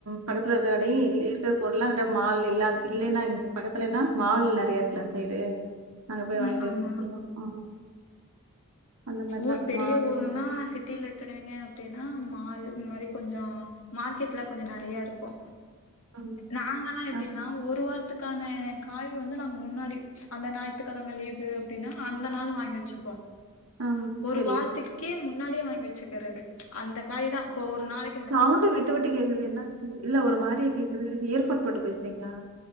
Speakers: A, on the right (about 80°); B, on the left (about 70°).
A: பக்கத்துல இருக்க கடை இ இருக்கிற பொருளா அந்த மால் இல்லாது இல்லைன்னா இங்க பக்கத்துலன்னா மால் நெறைய இரு எல்லா சைடு அங்க போய்
B: ம்
A: வாங்கிட்டு
B: ஆமா
A: வந்து வச்சுக்கிடுவோ ஆ அந்த மாரி
B: ஊர்
A: தான்.
B: பெரிய
A: மாலை
B: ஊருன்னா
A: உணவு.
B: சிட்டில த்துருவீங்க அப்டின்னா மால் இந்த மாரி கொஞ்சோ மார்க்கெட்லா கொஞ்ச நறையாருக்கூ
A: ம்.
B: நாங்கல்லா எப்டின்னா
A: ஆமா.
B: ஒரு வாரத்து க்கான காய் வந்து நாங்க முன்னாடி அந்த நாயித்துக்கெழம லீவு அப்டின்னா அந்த நாள் வாங்கி வச்சுப்போ
A: ஆ
B: ஒரு
A: சரி.
B: வாரத்துக்கே முன்னாடியே வாங்கி வச்சுக்கறது அந்த காய் தா இப்போ ஒரு நாளை
A: சவுண்டு விட்டு விட்டு கேக்குது என்னாச்சு இல்ல ஒரு மாரியா கேக்குது நீங்க ஏர்போன் போட்டு பேசுறீங்களா